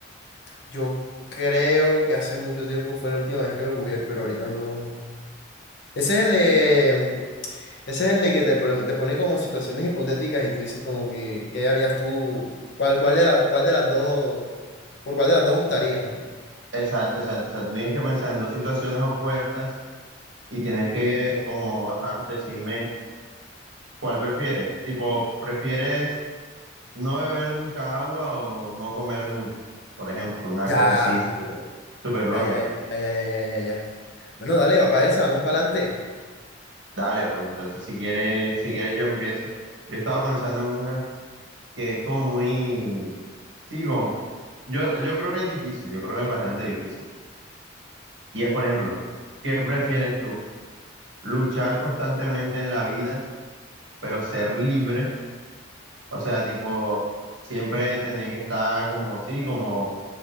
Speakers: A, on the left (about 60°); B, on the right (about 70°).
A: Yo creo que hace mucho tiempo fue la última vez que lo jugué, pero ahorita no. Ese es el de, mm, ese es el de que te, pro- te pone como situaciones hipotéticas y tú dices como que, ¿qué harías tú? ¿Cuál, cuál de la, cuál de las dos, por cuál de las dos optarías, ¿no?
B: Exacto, exacto. O sea, tú tienes que pensar en dos situaciones opuestas y tienes que, como, ajá, decirme cuál prefieres. Tipo, ¿prefieres? no beber nunca agua o no comer nunca, por ejemplo, una
A: Ya,
B: cosa así súper súper loca
A: ya, ya,
B: ya.
A: ya, ya, ya, ya, ya, ya. ya. Bueno, dale, va para esa, vamos para adelante.
B: Dale, pues entonces si quieres, si quieres yo empiezo. Yo estaba pensando en una que es como muy, sí, como, yo, yo creo que es difícil, yo creo que es bastante difícil. Y es, por ejemplo, ¿qué prefieres tú? ¿Luchar constantemente en la vida, pero ser libre? O sea, tipo, siempre tener que estar como, sí, como